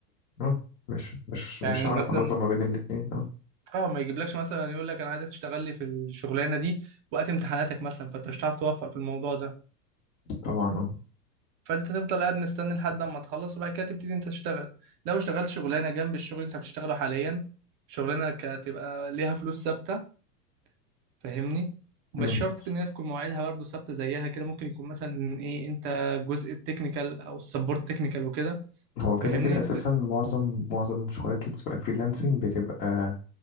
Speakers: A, on the left; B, on the right.
A: اه مش مش مش
B: يعني
A: هعرف
B: مثلا
A: انظم ما بين الاتنين اه
B: اه ما يجيبلكش مثلا يقول لك انا عايزك تشتغل لي في الشغلانه دي وقت امتحاناتك مثلا فانت مش هتعرف توفق في الموضوع ده
A: طبعا اه
B: فانت تفضل قاعد مستني لحد اما تخلص وبعد كده تبتدي انت تشتغل لو اشتغلت شغلانه جنب الشغل اللي انت بتشتغله حاليا شغلانه هتبقى ليها فلوس ثابته فاهمني مش
A: مم.
B: شرط ان هي تكون مواعيدها برضه ثابته زيها كده ممكن يكون مثلا ايه انت جزء التكنيكال او السبورت تكنيكال وكده
A: هو
B: فاهمني
A: كده كده اساسا
B: بت-
A: معظم معظم الشغلات اللي بتبقى فريلانسنج بتبقى